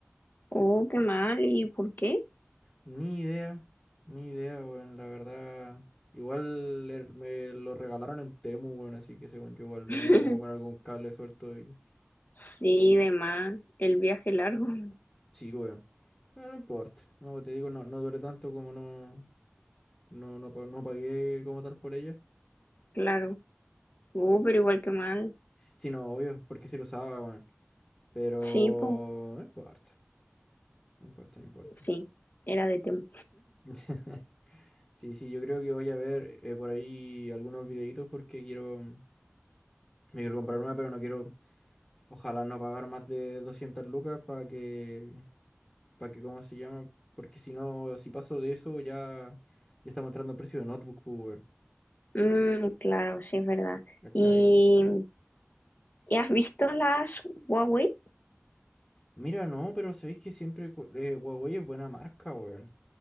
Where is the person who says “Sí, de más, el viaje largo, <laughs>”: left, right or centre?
Left